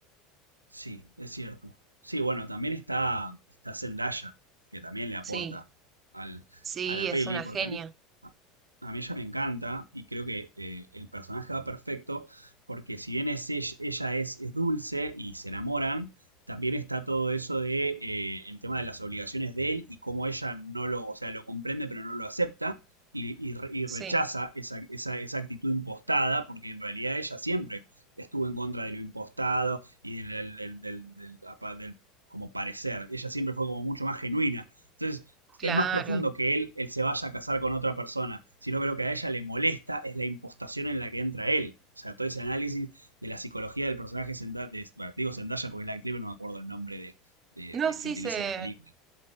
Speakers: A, on the right (about 80°); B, on the right (about 30°).
A: Sí, es cierto. Sí, bueno, también está, está Zendaya, que también le aporta
B: Sí,
A: al,
B: sí,
A: a la
B: es
A: peli,
B: una
A: porque
B: genia.
A: a mí, a, a mí ella me encanta y creo que eh, el personaje va perfecto, porque si bien es, ella ella es, es dulce y se enamoran, también está todo eso de eh, el tema de las obligaciones de él y cómo ella no lo, o sea, lo comprende pero no lo acepta y, y re- y
B: Sí,
A: rechaza esa, esa- esa actitud impostada, porque en realidad ella siempre estuvo en contra de lo impostado y del, del, del- del- del- del, del como parecer. Ella siempre fue como mucho más genuina. Entonces,
B: claro.
A: es más profundo que él, él se vaya a casar con otra persona, sino que lo que a ella le molesta es la impostación en la que entra él. O sea, todo ese análisis de la psicología del personaje Zendaya, de- bueno, digo Zendaya porque es la actriz, no me acuerdo el nombre de, de-
B: No,
A: de
B: sí
A: que utiliza
B: se,
A: en la película.